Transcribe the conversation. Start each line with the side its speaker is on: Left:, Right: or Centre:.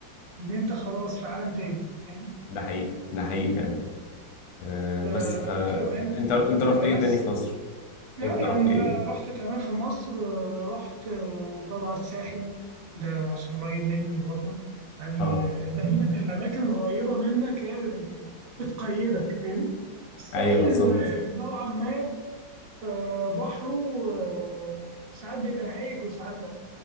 Right: ان انت خلاص في عالم تاني فاهم
Left: ده حقيقي ده حقيقي فعلا آه،
Right: آه،
Left: بس ف
Right: كمان
Left: انت انت رحت
Right: فبس
Left: ايه تاني في مصر
Right: لا
Left: انت
Right: يعني
Left: رحت
Right: ما
Left: ايه
Right: رحت كمان في مصر آه، رحت آه، طبعا الساحل ده عشان قريب مني برضه يعني
Left: اه
Right: آه، دايما الاماكن القريبه منك هي اللي بت- بتقيدك فاهم الساحل
Left: ايوه بالظبط
Right: آه، نوعا ما آه، بحره آه، ساعات بيبقى هايج وساعات لا